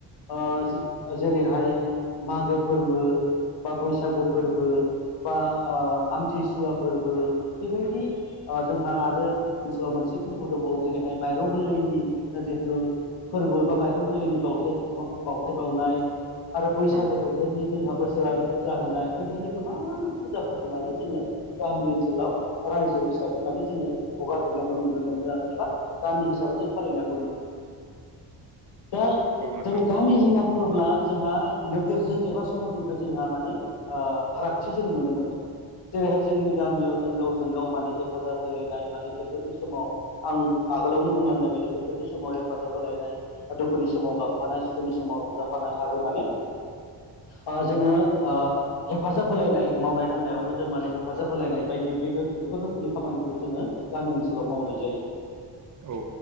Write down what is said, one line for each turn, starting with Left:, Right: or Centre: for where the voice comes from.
Left: ओ जो जेरैहाय मागो फोर्बो बा बैसागो फोर्बो बा ओ आमथिसुवा फोर्बो बेबायदि ओ जोंहा आरो ओनसोलाव मोनसे फोर्बो दंबावो जेरैहाय माइरं गोरलैनि जितु फोर्बो बा माइरं गोरलैनि बावथाय म बावथाय बावनाय आरो बैसागो
Right: औ
Left: बोथोरनि जोंहा बोसोरारि फुजा होनाय बेबायदि गोबां फुजाफोरखौ माने जोङो गामि ओनसोलाव रायजो हिसाबै माने जोङो हगार हेरनायखौ नुनो मोनो आरो एबा गामि हिसाबै जों फालिनायखौ नुनो मोनो दा
Right: औ नोंथां
Left: जोङो गामि
Right: औ
Left: होनना बुङोब्ला जोंहा नोगोरजों एबा सहरनिफ्राय जोंहा माने ओ फारागथि जों नुनो मोनो। जेरैहाय जोंनि गामियाव जों गावजों गाव माने हेफाजाब होलायनाय माने खैफोदनि समाव आं आग - गोलावनो बुंलांनाय बायदि खैफोदनि समाव हेफाजाब होलायनाय दुखुनि समाव गाबफानाय सुखुनि समाव रंजाफानाय आर रो माने ओ जोङो ओ हेफाजाब होलायनाय मावनाय दांनायाव बो जों माने हेफाजाब होलायनाय बायदि बेबो बेफोर रोखोमनि खामानिखौ जोङो गामि ओनसोलाव मावनाय जायो।
Right: औ